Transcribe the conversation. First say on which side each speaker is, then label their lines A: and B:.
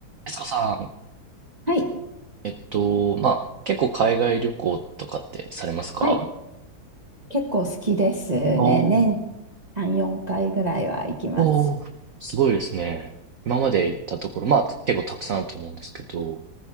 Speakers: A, on the right; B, on the right.
A: エスコさん、
B: はい。
A: えっと、まあ、結構海外旅行とかってされますか
B: はい。結構好きですね。
A: おー
B: 年に3、4回ぐらいは行きます。
A: おー、すごいですね。今まで行ったところ、まあ、結構たくさんあると思うんですけど、